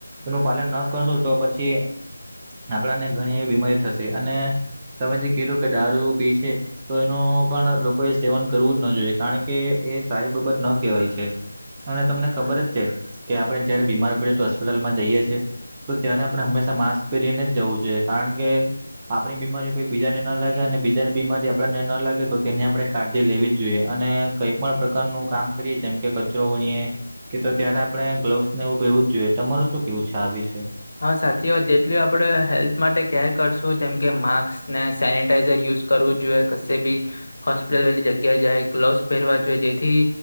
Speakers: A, on the right; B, on the left.
A: એનું પાલન ના કરશું તો પછી આપણાને ઘણી એવી બીમારી થશે અને તમે જે કીધું કે દારૂ પી છે. તો એનું પણ લોકોએ સેવન કરવું જ ન જોઈએ. કારણ કે એ સારી બાબત ન કહેવાય છે. અને તમને ખબર જ છે કે આપણે જયારે બીમાર પડીએ તો હોસ્પિટલમાં જઈએ છીએ. તો ત્યારે આપણે હંમેશા માસ્ક પહેરીને જ જવું જોઈએ. કારણ કે આપણી બીમારી કોઈ બીજા ને ના લાગે, અને બીજાની બીમારી આપ આપણને ન લાગે તો તેની આપણે કાળજી લેવી જ જોઈએ. અને કઈ પણ પ્રકારનું કામ કરીએ જેમ કે કચ કચરો વીણીએ કે તો ત્યારે આપણે ગ્લોવસ ને એવું પહેરવું જ જોઈએ. તમારુ શું કેવું છે આ વિશે?
B: હા સાચી વાત જેટલી આપણે હેલ્થ માટે કેર કરશું જેમ કે માસ્ક ને સેનટાઈઝર યુઝ કરવું જોઈએ કશે બી હોસ્પિટલ વાલી જગ્યાએ જાય ગ્લોવસ પહેરવા જોઈએ જેથી